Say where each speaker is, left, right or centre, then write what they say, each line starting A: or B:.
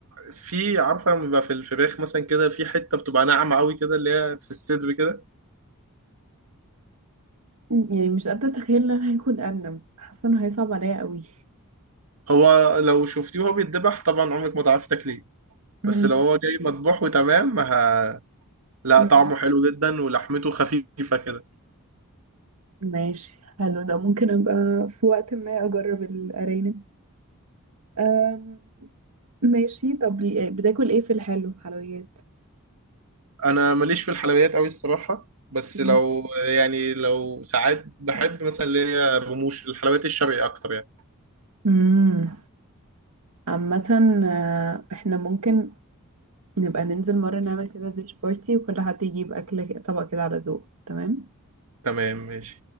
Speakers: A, on the right; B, on the right.
A: في عارفة لما بيبقى في الفراخ مثلا كده في حتة بتبقى ناعمة قوي كده اللي هي في الصدر كده
B: مم. يعني مش قادرة اتخيل ان انا هاكل أرنب حاسة انه هيصعب عليا قوي
A: هو لو شفتيه وهو بيتذبح طبعا عمرك ما تعرفي تاكليه
B: مم.
A: بس لو هو جاي مطبوح وتمام ه... لا
B: مم.
A: طعمه حلو جدا ولحمته خفيفة كده
B: ماشي حلو ده ممكن ابقى في وقت ما اجرب الأرانب أم. ماشي طب لي- آه، بتاكل ايه في الحلو حلويات
A: انا ماليش في الحلويات قوي الصراحه بس
B: مم.
A: لو يعني لو ساعات بحب مثلا اللي هي الرموش الحلويات الشرقي اكتر يعني
B: مم. عامة آه، احنا ممكن نبقى ننزل مرة نعمل كده ديش بارتي وكل حد يجيب أكل طبق كده على ذوقه تمام
A: تمام ماشي